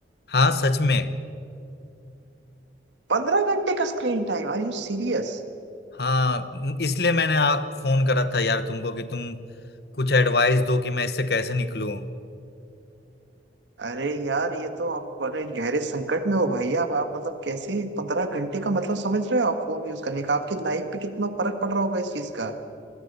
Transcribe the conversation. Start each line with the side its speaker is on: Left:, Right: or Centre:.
Left: हाँ सच में
Right: पंद्रह घंटे का screen time Are you serious
Left: हाँ म- इसलिए मैंने आप फोन करा था यार तुमको कि तुम कुछ एडवाइस दो कि मैं इससे कैसे निकलूं
Right: अरे यार ये तो आप बड़े गहरे संकट में हो भाई आप आप मतलब कैसे पंद्रह घंटे का मतलब समझ रहे हो आप फोन यूज करने का आपकी लाइफ पे कितना फर्क पड़ रहा होगा इस चीज का